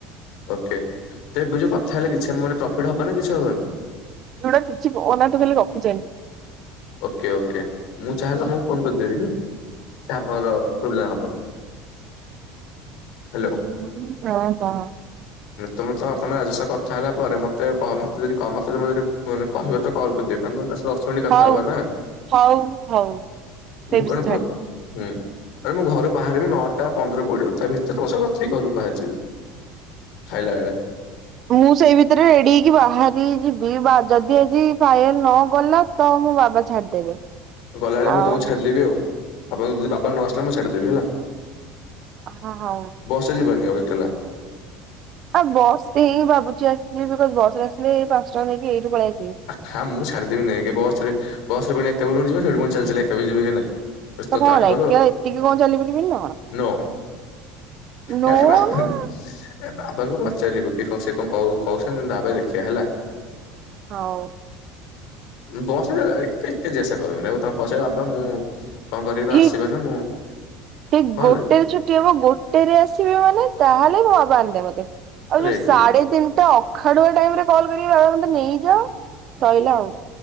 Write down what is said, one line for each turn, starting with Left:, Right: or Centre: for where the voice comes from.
Left: ଓକେ ତ ଏବେ ଯୋଉ କଥା ହେଲେ କିଛି ମାନେ ପ୍ରଫିଟ ହବ ନା କିଛି ହବନି?
Right: ଯଉଟା କିଛି କୋଉନାହାଁନ୍ତି ଖାଲି ଗପୁଚନୀ।
Left: ଓକେ ଓକେ, ମୁଁ ଚାହିଁଲା ତମୁକୁ ଫୋନ କରିଦେବି ହେଲା। ଆମର ପ୍ରୋବ୍ଲେମ ହବ।
Right: <unintelligible>
Left: ହ୍ୟାଲୋ ତମେ ତମେ ରାଜସ ସହ କଥା ହେଲା ପରେ ମତେ ମତେ ଯଦି କ ମେ ଯଦି କହିବ ତ କଲ କରିଦେବି। <unintelligible> ଦଶ ମିନିଟ କଥା
Right: ହଉ
Left: ହବା ନା
Right: ହଉ ହଉ ସେ
Left: ମୁଁ କଣ
Right: ବିଷୟ।
Left: ଘ ହୁଁ। ଆରେ ମୁଁ ଘରୁ ବାହାରିବି ନଅଟା ପନ୍ଦର କୋଡିଏ ବାରୁ ତା ଭିତରେ ତମ ସଙ୍ଗ କଥା ହେଇ ଘରୁ ବାହାରି ଯିବି। ଖାଇଲା ଏଳେ।
Right: ମୁଁ ସେଇ ଭିତରେ ରେଡି ହେଇକି ବାହାରି ଯିବି ବା ଯଦି ଆଜି ଫାୟଲ ନଗଲା ତ ମୋ ବାବା ଛାଡିଦେବେ।
Left: ଗଲାବେଳେ ମୁଁ
Right: ଆଉ
Left: ତମକୁ ଛାଡ଼ିଦେବି ଆଉ ଆପଣ ଯଦି ବାବା ନ ଆସିଲେ ମୁଁ ଛାଡ଼ିଦେବି ହେଲା।
Right: ହଁ ହଉ।
Left: ତ ଜୀବନୀ ଆଉ ଏକେଲା।
Right: ଆଉ ବସ ହିଁ ଭାବୁଛି ଆସିଲି ବିକଜ ବସ ରେ ଆସିଲେ ପାଞ୍ଚ ଟଙ୍କା ନେଇକି ଏଇଠୁ ପଳେଇ ଆ
Left: ହଁ ମୁଁ ଛାଡିଦେବି ନେଇକି ବସ୍ ରେ ବସରେ ପୁଣି ଏକା ବିଣ ଯିବ ସେଠି ଚାଲି ଚାଲି ଏକା ବି ଯିବ କି ନାଇଁ। ବେଶୀ ତ
Right: କଣ
Left: ତାଠୁ
Right: ହେଲା
Left: ଭଲ
Right: ଏକା ଏତିକି କଣ ଚାଲିପାରିବିନି ନା କଣ।
Left: ନୋ।
Right: ନୋ
Left: ଆରେ <unintelligible> ବାବାଙ୍କୁ
Right: ନା
Left: ପଚାରିବୁ କି ସେ କଣ କ କହୁଛନ୍ତି ବାବା ଦେଖିବା ହେଲା।
Right: ହଉ।
Left: ବସ ଏକେ ଏକେ ଜେଷ କର ଦେଖ ତମେ ବସେଇ ବାବା ମୁଁ କଁ କରିବି ତ
Right: ଠିକ
Left: ଆସିବ ନା ମୁଁ କଣ
Right: ଠିକ ଗୋଟେରେ
Left: ହେଲା?
Right: ଛୁଟି ଗୋଟେରେ ଆସିବି ମାନେ ତାହେଲେ ମୋ ବାବା ଆଣିଦେବେ ମତେ ଆଉ
Left: ରେଡି।
Right: ଯୋଉ ସାଢେ ତିନିଟା ଅଖାଡୁଆ ଟାଇମରେ କଲ କରିକି ବାବା ମତେ ନେଇଯାଅ ସଇଲା ଆଉ।